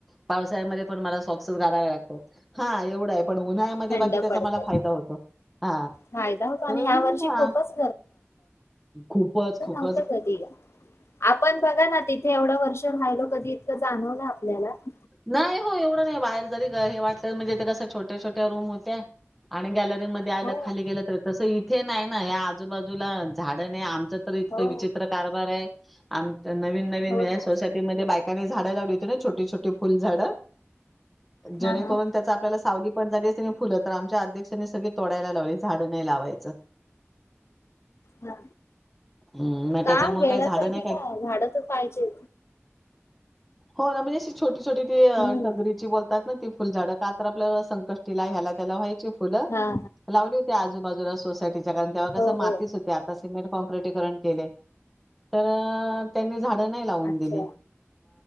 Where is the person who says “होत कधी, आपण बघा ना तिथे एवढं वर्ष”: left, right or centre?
Left